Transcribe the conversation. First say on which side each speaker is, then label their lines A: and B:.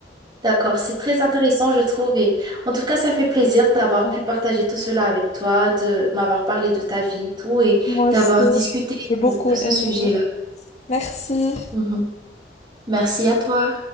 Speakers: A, on the right (about 25°); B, on the left (about 40°).
A: d'accord, c'est très intéressant, je trouve. Et en tout cas, ça fait plaisir d'avoir
B: Ouais,
A: pu partager tout cela avec toi, de m'avoir parlé de ta vie et tout, et
B: moi
A: d'avoir
B: aussi,
A: discuté
B: j'ai beaucoup
A: euh, de
B: aimé.
A: ce sujet-là.
B: Merci.
A: Mhm. Merci à toi.